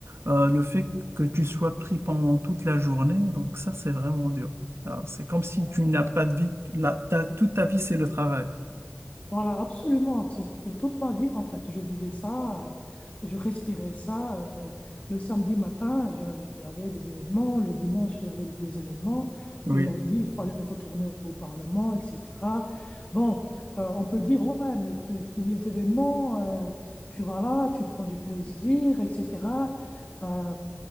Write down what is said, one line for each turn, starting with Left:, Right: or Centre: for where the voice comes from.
Right: euh, le fait que tu sois pris pendant toute la journée, donc ça, c'est vraiment dur. Alors, c'est comme si
Left: Ouais.
Right: tu n'as pas de vie, là, t'as- toute ta vie, c'est le travail.
Left: Voilà, absolument. C'était toute ma vie, en fait. Je vivais ça, euh, je respirais ça. euh, le samedi matin, j'a- j'avais des événements. Le dimanche, j'avais des événements.
Right: Oui,
Left: Le lundi, il fallait retourner au Parlement, etc. Bon, euh, on peut dire, ouais, mais tu- tu- les événements, euh, tu vas là, tu prends du plaisir, etc. Euh,